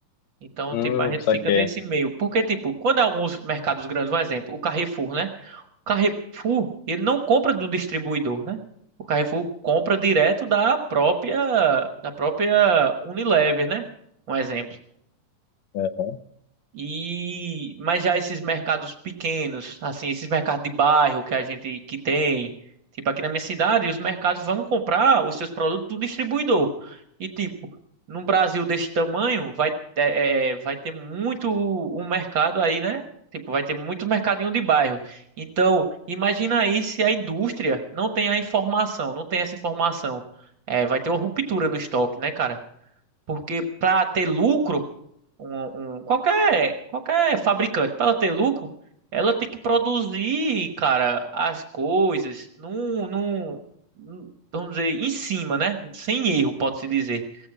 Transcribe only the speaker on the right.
Então,
tipo, a gente
fica nesse meio. Porque, tipo, quando alguns mercados grandes, um exemplo, o Carrefour, né? Carrefour, ele não compra de um distribuidor, né? O Carrefour compra direto da própria da própria Unilever, né? Um exemplo.
E mas já esses mercados pequenos, assim, esses mercados de bairro que a gente que tem, tipo aqui na minha cidade, os mercados vão comprar os seus produtos do distribuidor. E tipo, num Brasil desse tamanho, vai ter, é, vai ter muito um mercado aí, né? Tipo, vai ter muito mercadinho de bairro. Então, imagina aí se a indústria não tem a informação, não tem essa informação. É, vai ter uma ruptura no estoque, né, cara? Porque para ter lucro um, um- qualquer, qualquer fabricante, para ela ter lucro, ela tem que produzir, cara, as coisas num, num, num- vamos dizer, em cima, né? Sem erro, pode-se dizer.